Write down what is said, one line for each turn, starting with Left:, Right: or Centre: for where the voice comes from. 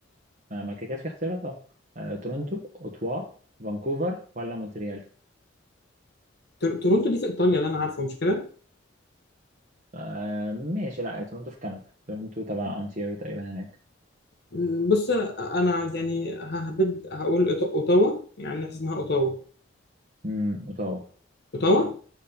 Right: ما ما كده كده في اختيارات أه آه، تورونتو أوتوا فانكوفر ولا مونتريال؟
Left: تور- تورونتو دي في إيطاليا اللي أنا عارفه مش كده
Right: آه ماشي لا تورونتو في كندا تورونتو تبع أونتاريو تقريبا هناك
Left: م، بص أنا يعني ههبد هقول إيط- أوتاوا يعني نحس إنها أوتاوا
Right: امم أوتاوا
Left: أوتاوا